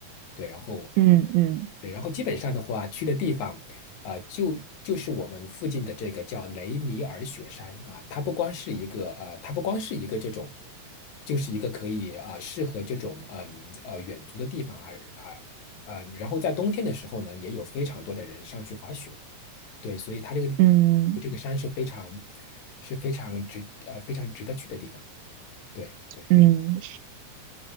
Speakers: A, on the left; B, on the right.
A: 对，然后
B: 嗯嗯
A: 对，然后基本上的话，去的地方啊、就就是我们附近的这个叫雷尼尔雪山啊，它不光是一个呃，它不光是一个这种，就是一个可以啊、适合这种嗯呃远足的地方啊啊呃，然后在冬天的时候呢，也有非常多的人上去滑雪，对，所以它这个地
B: 嗯
A: 这个山是非常是非常值呃非常值得去的地方，对对。
B: 嗯，